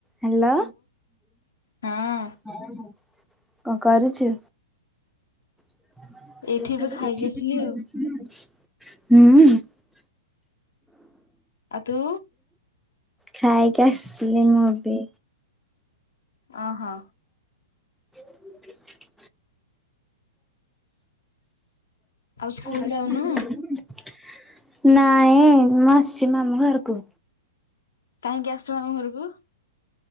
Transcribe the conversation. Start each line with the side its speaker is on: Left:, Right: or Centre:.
Centre: Hello
Left: ହଁ
Centre: କଣ କରୁଛୁ? <inaudible>
Left: ଏଇଠି ଏବେ ଖାଇକି ଆସିଲି ଆଉ
Centre: ହୁଁ
Left: ଆଉ ତୁ?
Centre: ଖାଇକି ଆସିଲି ମୁଁ ଏବେ।
Left: ଓ ହୋ।
Centre: <inaudible>
Left: ଆଉ ସ୍କୁଲ
Centre: <inaudible>
Left: ଯାଉନୁ
Centre: ନାଇଁ ମୁଁ ଆସିଛି ମାମୁଁ ଘରକୁ।
Left: କାହିଁକି ଆସିଛ ମାମୁଁ ଘରକୁ।